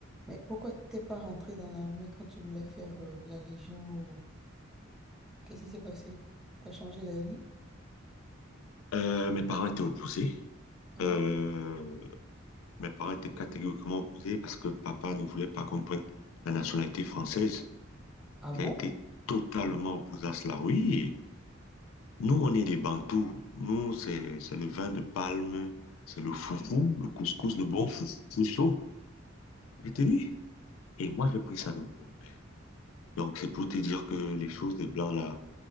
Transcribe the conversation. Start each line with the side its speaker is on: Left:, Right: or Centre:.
Centre: Mais pourquoi t'es pas rentré dans l'armée quand tu voulais faire euh, la Légion ou... Qu'est-ce qui s'est passé? T'as changé d'avis?
Left: Euh, mes parents étaient opposés.
Centre: Ah,
Left: Euh, mes parents étaient catégoriquement opposés parce que papa ne voulait pas qu'on prenne la nationalité française.
Centre: ah bon?
Left: Il a été totalement opposé à cela. Oui. Nous, on est des Bantous. Nous, c'est, c'est le vin de palme, c'est le foufou, le couscous, le bon foufou chaud. Je te dis. Et moi, j'ai pris ça de mon père. Donc, c'est pour te dire que les choses des Blancs, là,